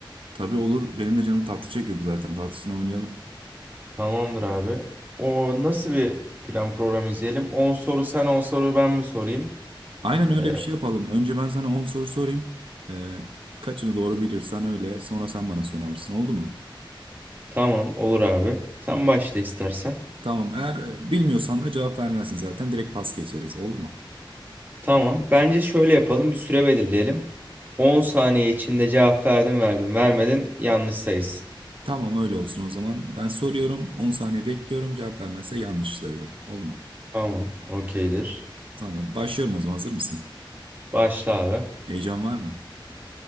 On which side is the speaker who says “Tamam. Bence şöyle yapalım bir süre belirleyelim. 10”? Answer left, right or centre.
Right